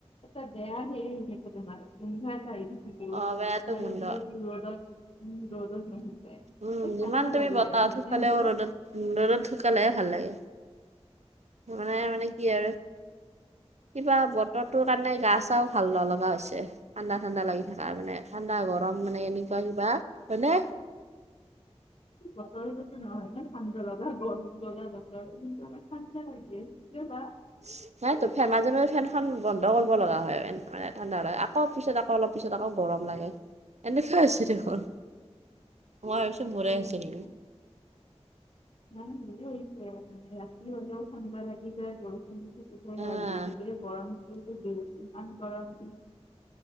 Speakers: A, on the left; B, on the right.
A: এটা বেয়া হেৰী সেইটো বেমাৰ তোমাৰ লিভাৰ চাই থাকিবি
B: অ বেয়াটো
A: <inaudible> তোমাৰ
B: গোন্ধ
A: যদি ৰদত - ৰদত নুশুকাই।
B: উম, যিমান
A: ভাল নালাগে
B: তুমি বতাহত
A: আৰু হয়
B: শুকালেও
A: নে সেইটো
B: ৰ'দত - ৰ'দত শুকালে ভাল লাগে। মানে মানে কি আৰু কিবা ব বতৰ'টোৰ কাৰণে গা চাও ভাল নলগা হৈছে, ঠাণ্ডা - ঠাণ্ডা লাগি থাকা মানে ঠাণ্ডা গৰম মানে এনেকুৱা কিবা হয়নে?
A: বতৰটোতো নহয় ইমান ঠাণ্ডা লগা গৰম লগা বতৰ কিন্তু আমাৰ ঠাণ্ডা লাগি আছে। সেইটোৱে বা
B: চি, নাইতো ফে মাজে - মাজে ফেনখন বন্ধ কৰিব লগা হয় ফেন মানে ঠাণ্ডা এটা আক কৌ পিছত আকৌ অলপ পিছত আকৌ গৰম লাগে এনেকুৱা হৈছে দেখোন, মই টো মুৰাই
A: হয়
B: হৈছা
A: এতিয়া।
B: নেকি?
A: নাই বৰিছে <inaudible> মানে ৰাতি হলেও ঠাণ্ডা লাগি যায় বৰু আৰু
B: আহ
A: বেঙ <inaudible> গৰমমান গৰম